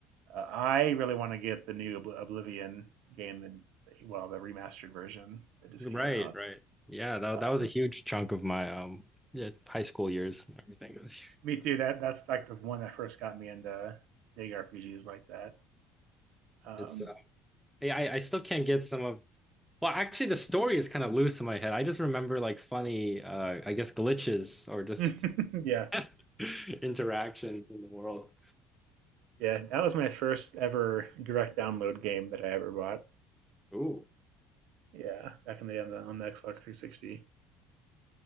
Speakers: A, on the right; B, in the centre.
A: Uh, I really want to get the new Ob- Oblivion game that, well, the remastered version that just
B: Right,
A: came out.
B: right. Yeah, that
A: Um,
B: that was a huge chunk of my um yeah, high school years and everything. <laughs>
A: me too. That that's like the one that first got me into big RPGs like that. Um,
B: It's uh, yeah, I, I still can't get some of well, actually the story is kind of loose in my head. I just remember like funny uh I guess glitches or just
A: <laughs> yeah,
B: <laughs> interactions in the world.
A: yeah, that was my first ever direct download game that I ever bought.
B: Ooh.
A: Yeah, back in the on the, on the Xbox 360.